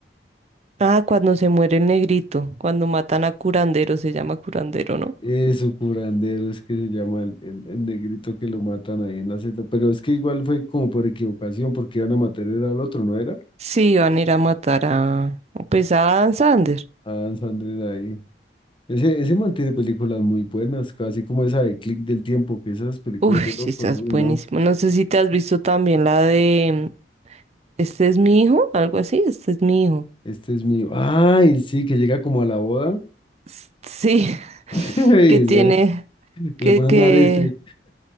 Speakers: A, on the right; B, on the left.
A: Ah, cuando se muere el negrito, cuando matan a Curandero, se llama Curandero, ¿no?
B: Eso, curandero, es que se llama el, el- el negrito que lo matan ahí en la celda. Pero es que igual fue como por equivocación, porque iban a matar era al otro, ¿no era?
A: Sí, van a ir a matar a, pues a Dan Sander.
B: A Adam Sandler ahí. Ese, ese man tiene películas muy buenas, así como esa de Click del Tiempo, que esas películas
A: Uy,
B: de
A: sí,
B: locos,
A: estás
B: uy,
A: buenísimo.
B: no.
A: No sé si te has visto también la de Este es mi hijo, algo así, este es mi hijo.
B: Este es mío. Ay, sí, que llega como a la boda
A: S- Sí, <laughs>
B: <laughs> y,
A: que
B: esa-
A: tiene, que,
B: y le pone
A: que,
B: un arete.